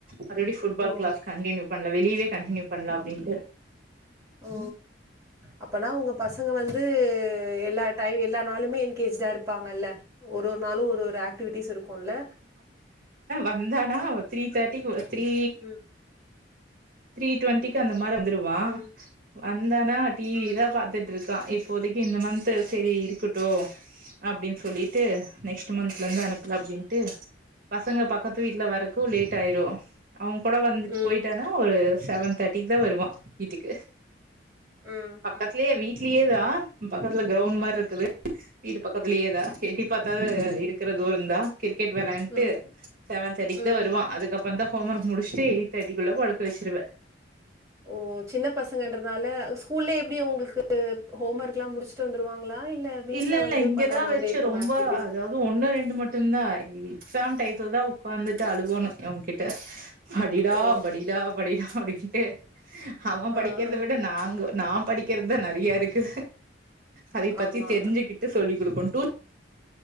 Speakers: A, on the right (about 50°); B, on the right (about 15°).
A: ஆல்ரெடி ஃபுட்பால்
B: ஓ!
A: கிளாஸ் கண்டினியூ பண்லா வெளியவே கண்டினியூ பண்லா அப்டின்டு
B: ஓ அப்பனா உங்க பசங்க வந்து எல்லா டை எல்லா நாளுமே என்கேஜ்டா இரு ப்பாங்கல்ல ஒரு ஒரு நாளு ஒரு ஒரு ஆக் டிவிட்டீஸ் இருக்கு இல்ல
A: வந்தானா த்ரீ தேர்ட்டிக்கு த்ரீ
B: ம்
A: த்ரீ டுவெண்ட்டிக்கு அந்த மாரி வந்துருவா
B: ம்,
A: வந்தானா அவ டி
B: ம்,
A: விதா பாத்துட்ரு தா இப்போதைக்கு இந்த மந்த்து செரி இருக்கட்டு அப்டின் சொல்லிட்டு நெக்ஸ்ட் மந்த்லந்து அனுப்புல அப்டின் டு பசங்க பக்கத்து வீட்ல வரக்கு லேட்டாயிரு அவுங் கூட வந்துட்டு
B: ம்,
A: போயிட்டானா ஒரு செவன் தேர்ட்டிக்குதா வருவா வீட்டுக்கு
B: ம்
A: பக்கத்லியே வீட்லியேதா பக்கத்ல கிரவுண்ட் மார்ருக்குது வீடு பக்கத்லியேதா எட்டிப் பாத்தாது இருக்கற தூரந்தா கிரிக்கெட் வெளாண்ட்டு
B: ம்,
A: செவன் தேர்ட்டிக்குதா
B: ம்.
A: வருவா அதுக் கப்பந்தா ஹோம் ஒர்க் முடிச்ட்டு எய்ட் தேர்ட்டிகுள்ள படுக்க வச்சிருவே
B: ஓ சின்ன பசங்கன்றனால ஸ்கூல்லியே எப்டி ஒங்குள்க்கு ஹோம் ஒர்க்லா முடிச்ட்டு வந்துருவாங்ளா ஆ இல்ல வீட்ல
A: இல்ல இல்ல
B: வந்து
A: இங்கதா
B: பண்ற மாதிரி
A: வச்சு
B: இருக்குமா
A: ரொம்ப
B: ஆக்டிவிட்டீஸ்?
A: அதாவ் து ஒன்னு ரெண்டு மட்டுந்தா எக்ஸாம் டைத்துதா வுக்காந்துட்டு அழுகணு இவங்கிட்ட படிடா
B: ஓ!
A: படிடா படிடா அப்டின்ட்டு அவ படிக்கிறத
B: ஆ, ஆ.
A: விட நாங்க நா படிக்கிறதுதா நெறைய இருக்கு அதேபத்
B: ஆமா.
A: ட்டு சொல்லி குடுக்குன் டூ